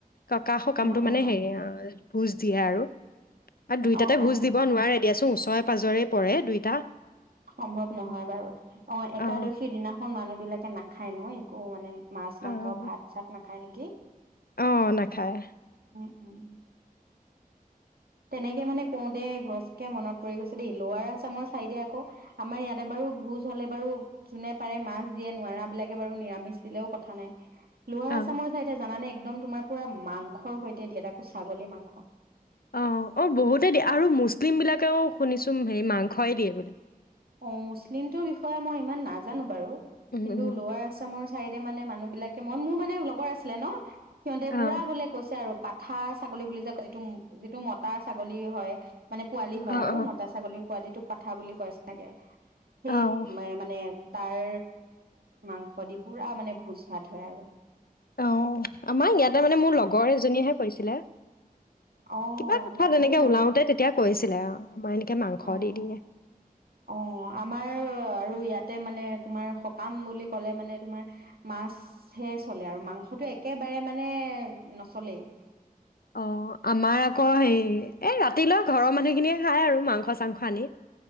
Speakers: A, on the left (about 80°); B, on the right (about 85°).
A: ককা সকামটো
B: অ
A: মানে
B: অ
A: হেৰি হয়। ভোজ দিয়ে আৰু। আৰু দুইটাতে
B: অ অ
A: ভোজ দিব নোৱাৰে দিয়াচোন ছৰে পাজৰে পৰে দুইটা।
B: সম্ভৱ নহয় বাৰু। অ একাদশীৰ
A: অঁ
B: দিনাখন মানুহ বিলাকে নাখায় ন একো মানে মাছ মাংস
A: অঁ
B: ভাত চাত নাখায় নেকি!
A: অ নাখায়।
B: উম উম উ। তেনেকে মানে কওঁতে ঘছকে মনত পৰি গৈছে দেই লোৱাৰ আছামৰ চাইদে আকৌ, আমাৰ ইয়াতে বাৰু ভোজ হলে বাৰু যোনে পাৰে মাছ দিয়ে নোৱাৰা বিলাকে বাৰু নিৰামিষ দিলেও কথা নাই। লৱাৰ
A: অ'
B: আছামৰ চাইদে জানানে একদম তোমাৰ পুৰা মাংসৰ সৈতে দিয়া তাকো ছাগলী মাংস
A: অ অ বহুতেই দিয়ে আৰু মুছলিম বিলাকেও শুনিছো হেৰি মাংসই দিয়ে বুলি
B: অ মুছলিমটোৰ বিষয়ে মই ইমান নাজানো বাৰু
A: উম,
B: কিন্তু
A: উম,
B: লোৱাৰ আছামৰ চাইডে মানে মানুহ বিলাক মই মোৰ মানে লগৰ আছিলে ন সিহঁতে
A: অ'
B: পুৰা বোলে কৈছে আৰু পাঠা ছাগলী বুলি যে ক যিটো যিটো মতা ছাগলী হয় মানে পোৱালি হয়
A: অ'
B: আৰু
A: অ'
B: মতা ছাগলী পোৱালিটোক পাঠা বুলি কৈছে তাকে সেই
A: অ'
B: মাই মানে তাৰ মাংস দি পুৰা মানে ভোজ ভাত হয় আৰু
A: অ আমাৰ ইয়াতে মানে মোৰ লগৰ এজনীয়েহে কৈছিলে
B: অ
A: কিবা কথা
B: নাজানো
A: তেনেকৈ
B: বাৰু
A: ওলাওঁতে তেতিয়া কৈছিলে আৰু আমাৰ এনেকৈ মাংস
B: অ
A: দি দিয়ে
B: অ আমাৰ আৰু ইয়াতে মানে তোমাৰ সকাম বুলি ক'লে মানে তোমাৰ মাছহে চলে আৰু মাংসটো একেবাৰে মানে নচলেই
A: অ আমাৰ আকৌ হে এই ৰাতিলৈ ঘৰৰ মানুহখিনিয়ে খায় আৰু মাংস চাংস আনি